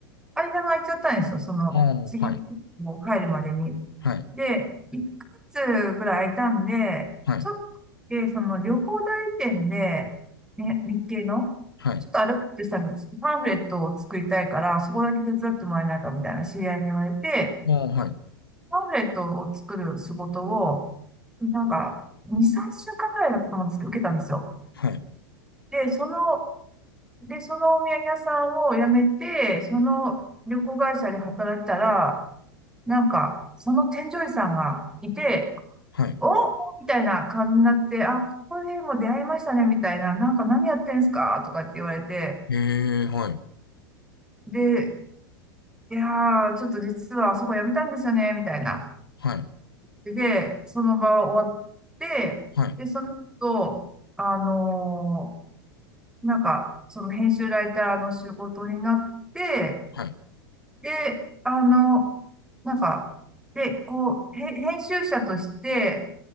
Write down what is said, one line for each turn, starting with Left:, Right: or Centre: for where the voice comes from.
Centre: 間が空いちゃったんですよ。その、
Left: ああ、
Centre: 次、
Left: はい。
Centre: もう帰るまでに。
Left: はい。
Centre: で、1ヶ月ぐらい空いたんで、
Left: はい。
Centre: ちょっと、で、その旅行代理店で、ね、日系の、
Left: はい。
Centre: ちょっとアルバイトしたんです。パンフレットを作りたいから、そこだけ手伝ってもらえないかみたいな知り合いに言われて、
Left: ああ、はい。
Centre: パンフレットを作る仕事を、なんか、2、3週間ぐらいだったと思うんですけど、受けたんですよ。
Left: はい。
Centre: で、その、で、そのお土産屋さんを辞めて、その旅行会社で働いてたら、なんか、その添乗員さんがいて、
Left: はい。
Centre: おみたいな感じになって、あ、ここでも出会いましたね、みたいな、なんか何やってんすかとかって言われて、
Left: へえ、はい。
Centre: で、いやー、ちょっと実はあそこ辞めたんですよね、みたいな。
Left: はい。
Centre: で、その場は終わって、
Left: はい、
Centre: で、その後、あのなんか、その編集ライターの仕事になって、
Left: はい、
Centre: で、あの、なんか、で、こう、へ編集者として、